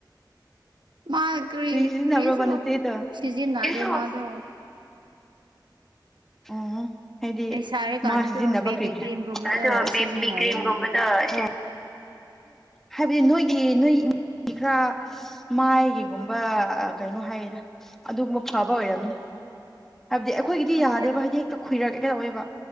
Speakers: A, on the right (about 75°); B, in the centre.
A: ꯃꯥ ꯀꯔꯤ
B: ꯁꯤꯖꯤꯟꯅꯕ꯭ꯔꯕ
A: ꯀꯔꯤꯁꯨ
B: ꯅꯆꯦꯗꯣ
A: ꯁꯤꯖꯤꯟꯅꯗꯦ
B: ꯏꯁ
A: ꯃꯥꯗꯣ
B: ꯑꯣ ꯍꯥꯏꯗꯤ
A: ꯂꯩꯁꯥꯔꯤꯀꯥꯟꯗꯁꯨ
B: ꯃꯥ ꯁꯤꯖꯤꯟꯅꯕ
A: ꯕꯦꯕꯤ
B: ꯀꯔꯤ ꯀꯦ
A: ꯀ꯭ꯔꯤꯝꯒꯨꯝꯕꯗꯣ
B: <unintelligible> ꯕꯤꯕꯤ
A: ꯁꯤꯖꯤꯟꯅꯕꯅꯦ
B: ꯀ꯭ꯔꯤꯝ ꯒꯨꯝꯕ ꯑꯦ ꯍꯥꯏꯕꯗꯤ ꯅꯣꯏꯒꯤ ꯅꯣꯏ ꯃꯤ ꯈꯔ ꯃꯥꯏꯒꯤꯒꯨꯝꯕ ꯀꯩꯅꯣ ꯍꯥꯏꯌꯦꯗ ꯑꯗꯨꯒꯨꯝꯕ ꯐꯕ ꯑꯣꯏꯔꯝꯅꯤ ꯍꯥꯏꯕꯗꯤ ꯑꯩꯈꯣꯏꯒꯤꯗꯤ
A: ꯈꯪꯗꯦ
B: ꯌꯥꯗꯦꯕ ꯍꯥꯏꯗꯤ ꯍꯦꯛꯇ ꯈꯨꯏꯔꯛꯀꯦ ꯇꯧꯏꯕ